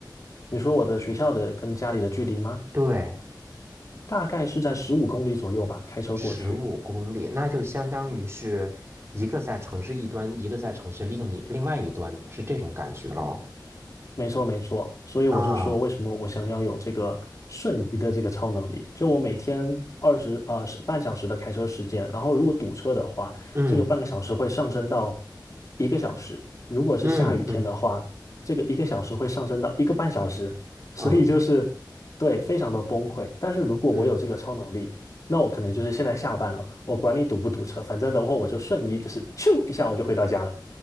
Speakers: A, on the left; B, on the right.
A: 你说我的学校的跟家里的距离吗？
B: 对，
A: 大概是在十五公里左右吧，开车过去。
B: 十五公里，那就相当于是一个在城市一端，一个在城市另一另外一端，是这种感觉咯。
A: 没错，没错，所以我就说，
B: 啊，
A: 为什么我想要有这个瞬移的这个超能力？就我每天二十呃是半小时的开车时间，然后如果堵车的话，
B: 嗯
A: 这个半个小时会上升到一个小时；如果是下雨天的话，
B: 嗯嗯，
A: 这个一个小时会上升到一个半小时。
B: 哦，
A: 所以就是对，非常的崩溃。但是如果我有这个超能力，
B: 嗯
A: 那我可能就是现在下班了，我管你堵不堵车，反正等会儿我就瞬移，就是咻一下我就回到家了，